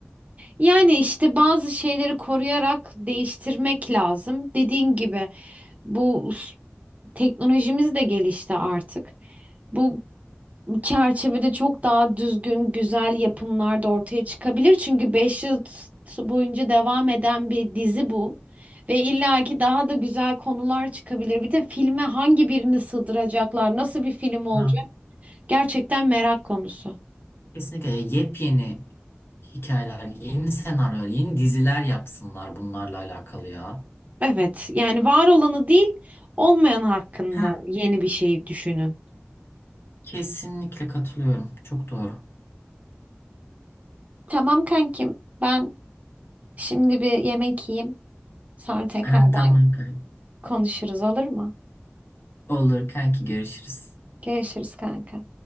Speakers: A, on the right; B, on the left.
A: Yani işte bazı şeyleri koruyarak değiştirmek lazım. Dediğin gibi bu s- teknolojimiz de gelişti artık. Bu çerçevede çok daha düzgün, güzel yapımlar da ortaya çıkabilir. Çünkü 5 yıl t- boyunca devam eden bir dizi bu. Ve illaki daha da güzel konular çıkabilir. Bir de filme hangi birini sığdıracaklar, nasıl bir film olacak?
B: Ha.
A: Gerçekten merak konusu.
B: Kesinlikle yepyeni hikayeler, yeni senaryolar, yeni diziler yapsınlar bunlarla alakalı ya.
A: Evet, yani var olanı değil, olmayan hakkında
B: Ha.
A: yeni bir şey düşünün.
B: Kesinlikle katılıyorum. Çok doğru.
A: Tamam kankim, ben şimdi bir yemek yiyeyim. Sonra tekrar
B: Ha,
A: ben
B: tamam kanka.
A: konuşuruz olur mu?
B: Olur kanki görüşürüz.
A: Görüşürüz kanka.